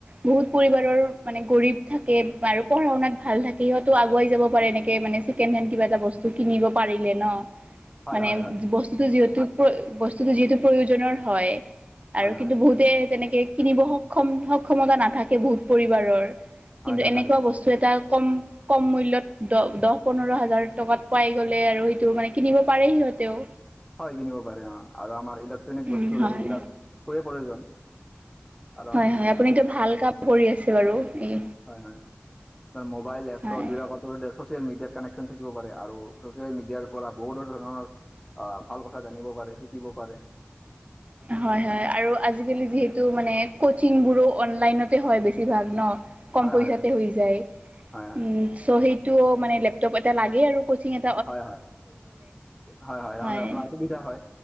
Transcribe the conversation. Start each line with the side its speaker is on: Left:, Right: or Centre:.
Right: বহুত পৰিবাৰৰ মানে গৰীব থাকে আৰু পঢ়া শুনাত ভাল থাকে, সিহঁতো আগুৱাই যাব পাৰে এনেকে মানে ছেকেণ্ড হেণ্ড কিবা এটা বস্তু কিনিব পাৰিলে নহ।
Centre: হয়
Right: মানে
Centre: হয় হয়
Right: বস্তুটো যিহেতু, বস্তুটো যিহেতু প্ৰয়োজনৰ হয়। আৰু
Centre: হয়
Right: কিন্তু
Centre: হয়
Right: বহুতে, তেনেকে কিনিব সক্ষম সক্ষমতা নাথাকে বহুত পৰিবাৰৰ।
Centre: হয়
Right: কিন্তু
Centre: নাথাকে
Right: এনেকুৱা বস্তু এটা কম কম মূল্যত দ-দহ, পোন্ধৰ হাজাৰ টকাত পাই গ'লে আৰু সেইটো মানে কিনিব পাৰে সিহঁতেও।
Centre: হয়, কিনিব পাৰে অ', আৰু আমাৰ ইলেক্ট্ৰনিক
Right: উম
Centre: বস্তুৰ
Right: হয়
Centre: এইবিলাক খুবেই প্ৰয়োজন। কাৰণ
Right: হয়, হয়, আপুনিটো ভাল কাম কৰি আছে বাৰু এই
Centre: হয়, হয়, <unintelligible> মোবাইল লেপটপ
Right: হয়
Centre: বিলাকত ছ'চিয়েল মিডিয়াৰ কানেকশ্যন থাকিব পাৰে, আৰু ছচিয়েল মিডিয়াৰ পৰা বহুতো ধৰণৰ অ', ভাল কথা জানিব, পাৰে শিকিব পাৰে।
Right: হয়, হয়, আৰু আজি আজিকালি যিহেতু, মানে কচিং বোৰো অনলাইনতে হয় বেছিভাগ নহ? কম
Centre: হয়
Right: পইচাটে
Centre: হয়
Right: হৈ যায়,
Centre: হয় হয়
Right: উম। চ', সেইটো মানে লেপটপ এটা লাগেই আৰু কচিং এ
Centre: হয়-হয়, হয়-হয়,
Right: হয়
Centre: আপোনাৰ অসুবিধা হয়।